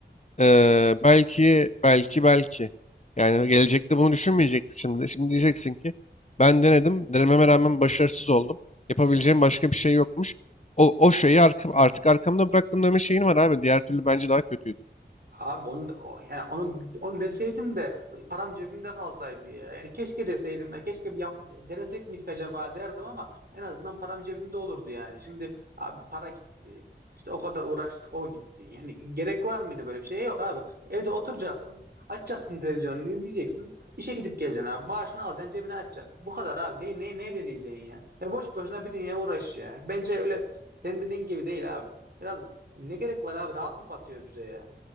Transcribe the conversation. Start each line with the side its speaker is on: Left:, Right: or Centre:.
Left: Eee, belki, belki, belki. Yani gelecekte bunu düşünmeyeceksin şimdi. Şimdi diyeceksin ki ben denedim, denememe rağmen başarısız oldum. Yapabileceğim başka bir şey yokmuş. O, o şeyi arka- artık arkamda bıraktım deme şeyin var abi. Diğer türlü bence daha kötüydü.
Right: Abi onu da- o- yani onu onu deseydim de param cebimde kalsaydı ya. Yani keşke deseydim. Ya keşke bir yap, denesek miydik acaba derdim ama en azından param cebimde olurdu yani. Şimdi abi para gitti. İşte o kadar uğraştık o gitti. Yani gerek var mıydı böyle bir şeye? Yok abi. Evde oturacaksın. Açacaksın televizyonunu izleyeceksin. İşe gidip geleceksin abi. Maaşını alacaksın cebine açacaksın Bu kadar abi. Ne, ne, ne deneyeceksin ya? E boş boşuna bir dünya uğraş ya. Bence öyle senin dediğin gibi değil abi. Biraz ne gerek var abi? Rahat mı batıyor bize ya?